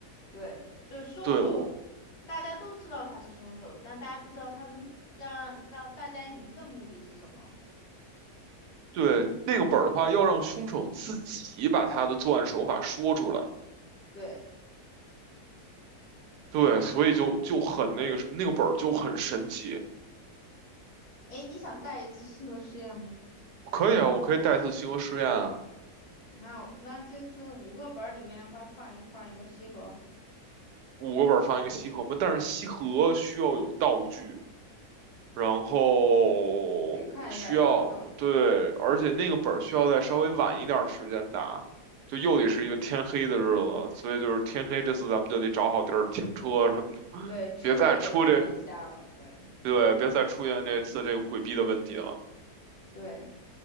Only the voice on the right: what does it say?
对我
对那个本儿的话，要让凶手自己把他的作案手法说出来。
对，所以就就很那个什么，那个本儿就很神奇。
可以啊，我可以带一次西河实验啊，
五个本儿放一个西河嘛，但是西河需要有道具。然后需要，
对，而且那个本儿需要在稍微晚一点儿的时间打，就又得是一个天黑的日子，所以就是天黑这次咱们就得找好地儿停车什么的别再出这，
对，别再出现这次这个鬼逼的问题了，